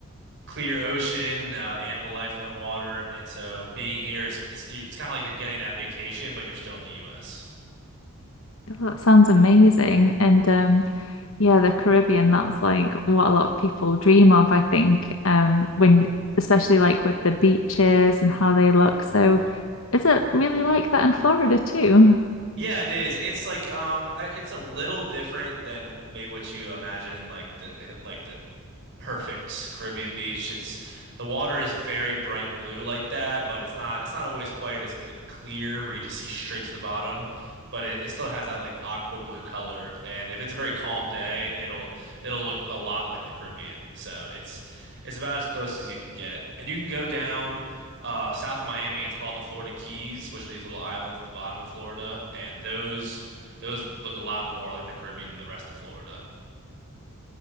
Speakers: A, on the right; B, on the left.
A: clear ocean, uh, animal life in the water. And so being here, it's it's, it's kind of like you're getting that vacation, but you're still in the US.
B: Oh, that sounds amazing. And um yeah, the Caribbean, that's like what a lot of people dream of, I think. Um when especially like with the beaches and how they look. So is it really like that in Florida too?
A: Yeah, it is. It's like um, I- it's a little different than maybe what you imagine, like the like the perfect Caribbean beach. It's the water is very bright blue like that, but it's not it's not always quite as like clear where you just see straight to the bottom. But it, it still has that like aqua blue color, and if it's a very calm day, it'll it'll look a lot like the Caribbean. So it's it's about as close as you can get, and you can go down. Uh, south of Miami, it's called the Florida Keys, which are these little islands at the bottom of Florida, and those those look a lot more like the Caribbean than the rest of Florida.